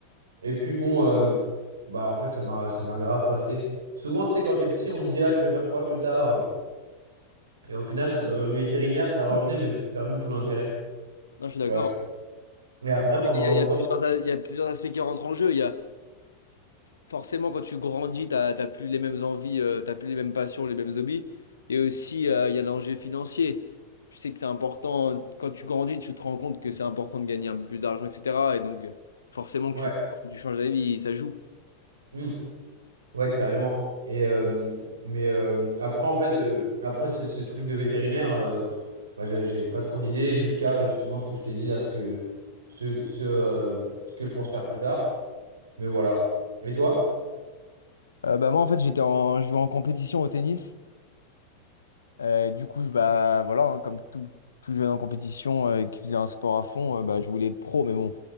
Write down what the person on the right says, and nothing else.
Et puis bon, euh, bah en fait, ça m'a, ça m'a grave passé. Souvent, tu sais, quand t'es petit, on te dit ah, tu veux faire quoi plus tard? Et au final, ça- euh, vétérinaire, ça revenait,
mais j'avais perdu tout l'intérêt.
Ouais. Et après, pendant
longtemps.
Ouais.
Hmm. Ouais, carrément. Et, euh, mais euh, après, en fait, euh, après ce, ce truc de vétérinaire, euh, pff, bah, j'avais j'avais pas trop d'idées jusqu'à justement ce que je t'ai dit là, ce que, ce, ce, euh, ce que je pense faire plus tard. Mais voilà. Et toi?